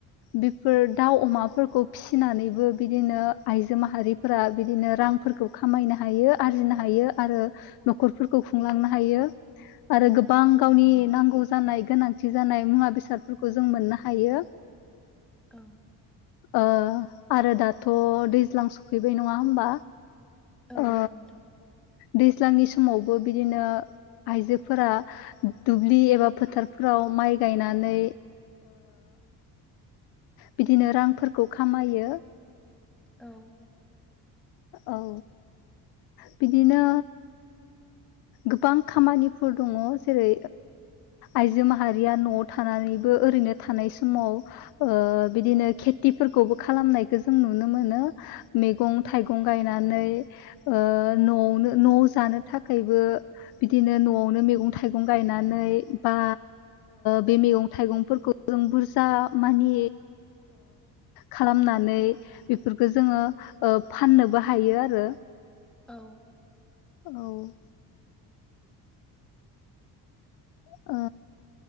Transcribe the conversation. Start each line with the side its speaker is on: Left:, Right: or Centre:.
Left: बेफोर दाउ अमाफोरखौ फिसिनानैबो बिदिनो आइजो माहारिफोरा बिदिनो रांफोरखौ खामायनो हायो आरजिनो हायो आरो न'खर फोरखौ खुंलांनो हायो आरो गोबां गावनि नांगौ जानाय गोनांथि जानाय मुवा बेसादफोरखौ जों मोननो हायो
Centre: औ
Left: ओ आरो दाथ' दैज्लां सफैबाय नङा आमबा
Centre: औ
Left: ओ
Centre: नंगौ नोंथां
Left: दै जोंनि समावबो बिदिनो आइजोफोरा दुब्लि एबा फोथारफोराव माइ गायनानै बिदिनो रांफोरखौ खामायो
Centre: औ
Left: औ बिदिनो गोबां खामानिफोर दङ जेरै आइजो माहारिया न'आव थानानैबो ओरैनो थानाय समाव ओ बिदिनो खेथिफोरखौबो खालामनायखौ जों नुनो मोनो मैगं
Centre: औ
Left: थाइगं गायनानै ननो न' जानो थाखाय थाखायबो बिदिनो न'आवनो मैगं थाइगं गायनानै बा बे ओ मैगं थाइगंफोरखौ जों बुरजा मानि खालामनानै बेफोरखौो जोङो फाननोबो हायो आरो
Centre: औ
Left: औ अ